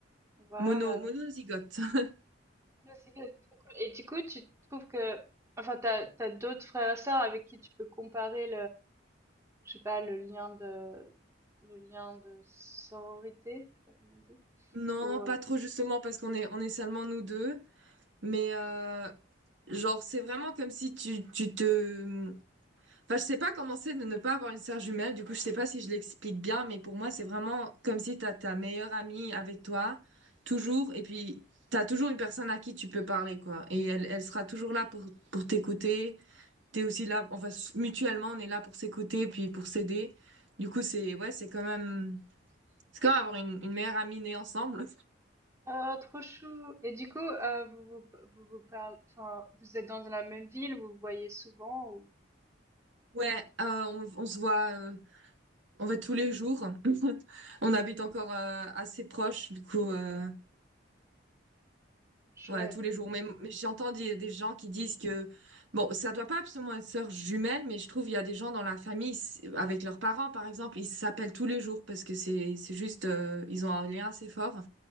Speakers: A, on the right (about 15°); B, on the right (about 80°).
A: Waouh,
B: Mono, monozygote. <laughs>
A: c'est trop cool. Et du coup, tu trouves que... Enfin, t'as, t'as d'autres frères et sœurs avec qui tu peux comparer je sais pas, le lien de, le lien de sororité, je sais pas comment on dit,
B: Non,
A: ou, euh,
B: pas trop justement parce qu'on est, on est seulement nous deux. Mais euh, genre, c'est vraiment comme si tu, tu te, Enfin, je sais pas comment c'est de ne pas avoir une sœur jumelle. Du coup, je sais pas si je l'explique bien, mais pour moi, c'est vraiment comme si t'as ta meilleure amie avec toi, toujours, et puis t'as toujours une personne à qui tu peux parler, quoi. Et elle, elle sera toujours là pour, pour t'écouter. T'es aussi là, enfin, s- mutuellement, on est là pour s'écouter, puis pour s'aider. Du coup, c'est, ouais, c'est quand même, c'est quand même avoir une, une meilleure amie née ensemble.
A: oh, trop chou. Et du coup, euh, vous vous, vous vous parlez, enfin, vous êtes dans la même ville, vous vous voyez souvent, ou,
B: Ouais, euh, on, on se voit, euh, on va tous les jours. <laughs> On habite encore euh, assez proche, du coup. euh,
A: chouette.
B: Ouais, tous les jours. Mais mais j'entends des, des gens qui disent que, bon, ça doit pas absolument être sœur jumelle, mais je trouve il y a des gens dans la famille, c'est- avec leurs parents, par exemple, ils s'appellent tous les jours parce que c'est, c'est juste, euh, ils ont un lien assez fort.